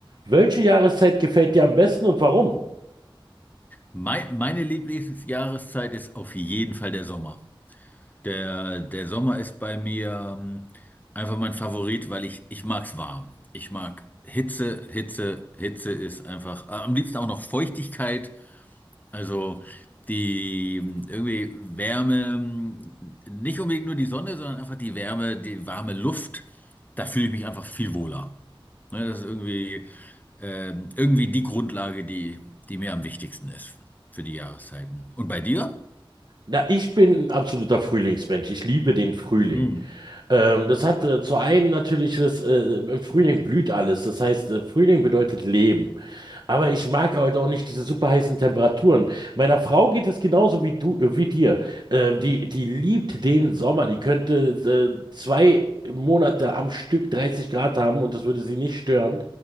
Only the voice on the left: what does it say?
Mei- Meine Lieblingsjahreszeit ist auf jeden Fall der Sommer. Der, der Sommer ist bei mir ähm, einfach mein Favorit, weil ich, ich mag's warm. Ich mag Hitze, Hitze, Hitze ist einfach, äh, am liebsten auch noch Feuchtigkeit. Also die ähm, irgendwie Wärme, ähm, nicht unbedingt nur die Sonne, sondern einfach die Wärme, die warme Luft. Da fühle ich mich einfach viel wohler. Ne, das ist irgendwie, ähm, irgendwie die Grundlage, die, die mir am wichtigsten ist für die Jahreszeiten. Und bei dir?
Hm.